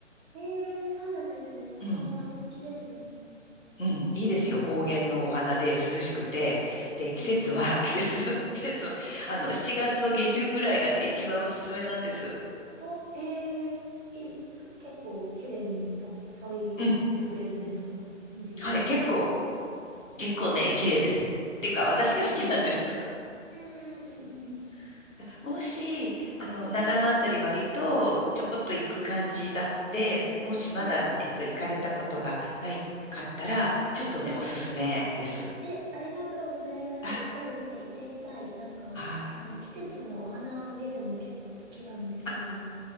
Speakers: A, on the right; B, on the left.
A: えー、そうなんですね。お花が素敵ですね。
B: うん、うん、いいですよ。高原のお花で涼しくて。で、
A: うん。
B: 季節は、
A: うんうん。
B: <laughs> 季節の、季節の、あの、7月の下旬ぐらいがね、一番おすすめなんです。
A: あ、へえ、い、そ、結構綺麗に咲、咲いてくれるんですかその時期が一番。
B: うん。はい。結構、結構ね、綺麗です。っていうか、私が好きなんです。
A: え、いいですね。うんうんうんうん。
B: <laughs> もし、あの、長野あたり割とちょこっと行く感じだって、
A: はい。
B: もしまだ、
A: うん
B: えっと、行かれたことがないかったら、ちょっとね、
A: はい。
B: おすすめです。
A: え、ありがとうございます。
B: あ、
A: そうですね。行ってみたい。なんか、
B: はい。
A: あの、季節のお花見るの結構好きなんですよね。
B: あ、